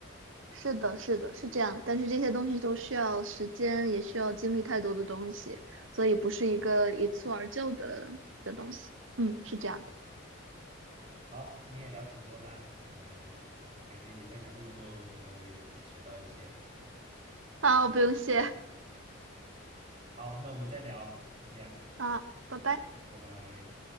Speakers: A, on the right; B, on the right.
A: 是的，是的，是这样。但是这些东西都需要时间，也需要经历太多的东西，所以不是一个一蹴而就的的东西。嗯，是这样的。
B: 好，今天也聊挺多的，嗯，感谢你分享那么多，我觉得我也学到一些。
A: 好，不用谢。
B: 好，那我们再聊，先这样，
A: 好，拜拜。
B: 拜拜。